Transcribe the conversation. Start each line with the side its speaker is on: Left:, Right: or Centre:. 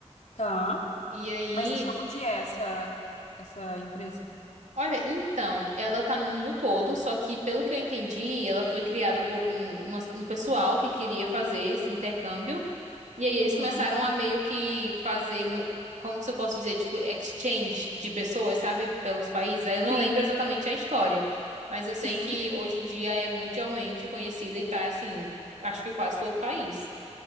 Left: tá.
Right: E aí
Left: Mas de onde é essa essa empresa?
Right: Olha, então, ela tá no mundo todo, só que pelo que eu entendi, ela foi criada por um, umas- um pessoal que queria fazer esse intercâmbio. E aí eles
Left: Uhum.
Right: começaram a meio que fazer, mu- como se eu posso dizer, tipo, exchange de pessoas, sabe, pelos países. Aí eu não
Left: Sim,
Right: lembro exatamente a história, mas eu
Left: sim.
Right: sei que hoje em dia é mundialmente conhecida e tá assim, acho que quase todo o país.